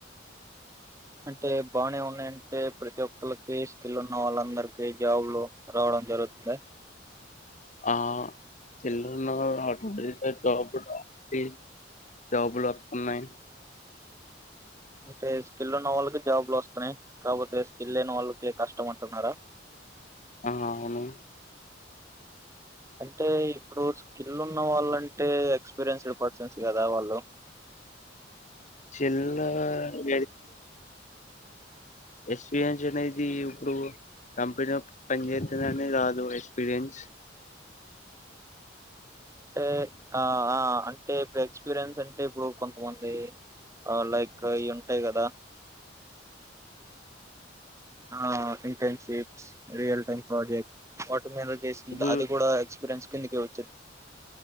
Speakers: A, on the right; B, on the left.
A: అంటే బానే ఉన్నాయంటే ప్రతి ఒక్కళ్ళకి స్కిల్ ఉన్న వాళ్ళందరికీ జాబ్లు రావడం జరుగుతుందా
B: ఆ సిల్లన్నదో ఆ two three side job <inaudible> peel జాబులొత్తున్నాయి
A: అంటే స్కిల్ ఉన్న వాళ్ళకి జాబ్లు వస్తున్నాయి కాకపోతే స్కిల్ లేనివాళ్ళకి కష్టమన్ టున్నారా
B: అ అవును
A: అంటే ఇప్పుడు స్కిల్ ఉన్న వాళ్ళంటే ఎక్స్పీరియన్స్డ్ పర్సన్స్ కదా వాళ్ళు
B: <unintelligible> ఎక్స్పీరియన్స్ అనేది ఇప్పుడు కంపెనీలో పని చేస్తుందనే రాదు ఎక్స్పీరియన్స్
A: టే ఆ ఆ అంటే ఇప్పుడు ఎక్స్పీరియన్స్ అంటే ఇప్పుడు కొంతమంది లైక్ ఇవి ఉంటాయి కదా ఆ <inaudible> టర్న్షిప్స్ రియల్ టెన్ ప్రోజెక్ <inaudible> <inaudible> మీద చేసింది
B: ఇప్పుడు
A: అది కూడా ఎక్స్పీరియన్స్ కిందుకే <inaudible>